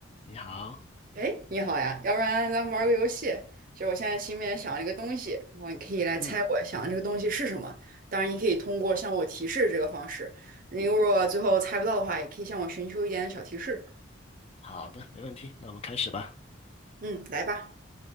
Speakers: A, on the left; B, on the right.
A: 你好，
B: 哎，你好呀，要不然咱们玩个游戏。就我现在心里面想了一个东西，然后你可以来猜我想的这个东西是什么。
A: 嗯
B: 当然，你可以通过向我提示这个方式。你如果最后猜不到的话，
A: 嗯，
B: 也可以向我寻求一点小提示。
A: 好的，没问题，那我们开始吧。
B: 嗯，来吧，